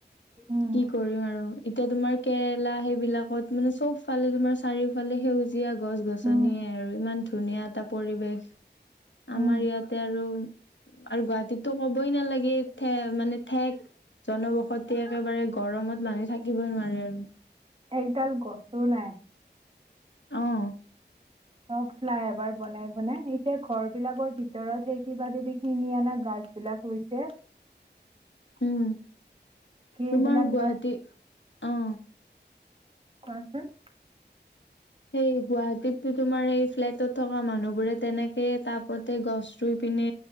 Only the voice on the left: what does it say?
কি কৰিম আৰু। এতিয়া তোমাৰ কেৰেলা সেইবিলাকত মানে চবফালে তোমাৰ চাৰিওফালে সেউজ এতিয়া গছ গছনিয়ে
আৰু ইমান ধুনীয়া তাত পৰিৱেশ
আমাৰ ইয়াতে আৰু আৰু গুৱাহাটীতো কবই নালাগে ঠে মানে ঠেক জনবসতি একেবাৰে গৰমত মানুহ থাকিব নোৱাৰে আৰু
অঁ
উম তোমাৰ
গুৱাহাটী,
অ।
সেই গুৱাহাটীততো তোমাৰ এই ফ্লেটত থকা মানুহবোৰে তেনেকে তাপতে গছ ৰুই পিনে